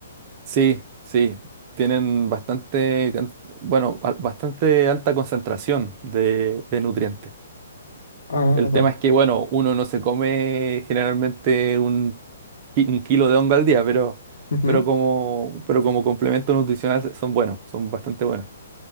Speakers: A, on the right; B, on the left.
A: sí, sí, tienen bastante, can- bueno, al- bastante alta concentración de, de nutrientes.
B: Ah,
A: El
B: va.
A: tema es que, bueno, uno no se come generalmente un, ki- un kilo de hongo al día, pero,
B: Ujú,
A: pero como, pero como complemento nutricional son buenos, son bastante buenos.